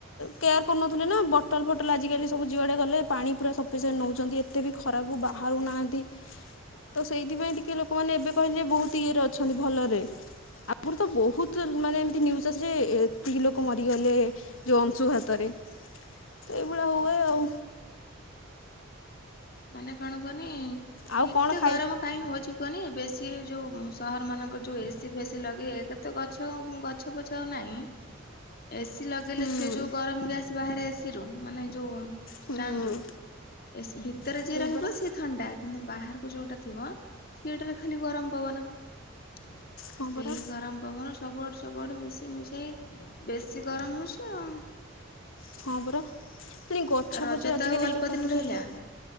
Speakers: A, on the left; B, on the left.
A: କେୟାର କରୁନଥିଲେ ନା, ବଟଲ୍ ଫଟଲ୍ ଆଜିକାଲି ସବୁ ଯୁଆଡେ ଗଲେ ପାଣି ପୁରା ସଫିସେଣ୍ଟ ନଉ ଚନ୍ତି ଏତେ ବି ଖରାକୁ ବାହାରୁ ନାହାଁନ୍ତି। ତ ସେଇଥିପାଇଁ ଟିକେ ଲୋକମାନେ ଏବେ କହିଲେ ବହୁତ ଇଏରେ ଅଛନ୍ତି, ଭଲରେ। ଆଗରୁ ତ ବହୁତ ମାନେ ଏମତି ନ୍ୟୁଜ୍ ଆସେ ଯେ ଏତିକି ଲୋକ ମରିଗଲେ। ଯଉ ଅଂଶୁଘାତରେ। ଏଇଭଳିଆ ହୁଏ ଆଉ।
B: ମାନେ କଣ କୁହନି?
A: ଆଉ
B: ଏତେ
A: କଣ ଖାଇ
B: ଗରମ! କାହିଁ ହଉଛି କୁହନି, ବେଶୀ ଯଉ ସହର ମାନଙ୍କରେ ଯେଉଁ ଏସି ଫେସି ଲଗେଇ ଏକେ ତ ଗଛ ଅମ୍ ଗଛ ପଛ ଆଉ ନାହିଁ। ଏସିି ଲଗେଇଲେ
A: ହୁଁ
B: ସେ ଯୋଉ ଗରମ ଗ୍ୟାସ୍ ବାହାରେ ଏସିି ରୁ, ମାନେ ଯୋଉ
A: ହୁଁ
B: ଷ୍ଟାଣ୍ଡ ରୁ ଏସି ଭିତ୍ ତରେ
A: ସେଇ
B: ଯିଏ ରହିବ
A: ପରା
B: ସିଏ ଥଣ୍ଡା, କିନ୍ତୁ ବାହାରକୁ ଯୋଉଟା ଥିବ ସେଇଟାରେ ଖାଲି ଗରମ ପବନ। ଆ
A: ହଁ
B: ସେଇ
A: ପରା
B: ଗରମ ପବନ ସବୁଆଡ଼େ ସବୁଆଡ଼େ ମିଶି ମିଶାଇ ବେଶୀ ଗରମ ହଉଛି ଆଉଁ।
A: ହଁ, ବରା। ଫୁଣି ଗଛ
B: ଆଉ ରଜ
A: ଫଛ
B: ତ
A: ଆଜିକାଲି
B: ଆଉ ଅଳ୍ପ
A: ଯେଉ କାଟୁଛନ୍ତି,
B: ଦିନ ରହିଲା